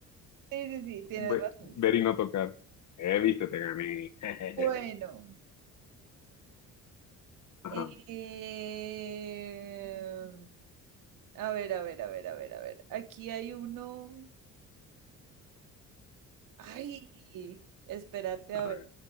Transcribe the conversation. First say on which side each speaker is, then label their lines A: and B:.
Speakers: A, on the right; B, on the left.
A: sí, sí, sí, tienes
B: ve-
A: razón.
B: ver,
A: sí.
B: y no tocar. Eh, viste, te gané. <laughs>
A: Bueno.
B: Ajá.
A: eh, A ver, a ver, a ver, a ver, a ver. Aquí hay uno. Ay, espérate a
B: A
A: ver.
B: ver,